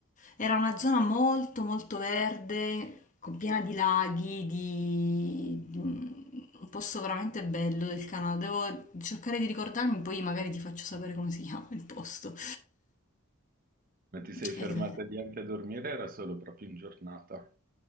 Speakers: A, on the left (about 35°); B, on the right (about 40°).
A: era una zona molto molto verde, con piena di laghi, di... mm, un posto veramente bello del Canada. Devo cercare di ricordarmi, poi magari ti faccio sapere come si chiama il posto.
B: Ma ti sei fermata
A: Eh,
B: lì anche a dormire? Era solo proprio in giornata.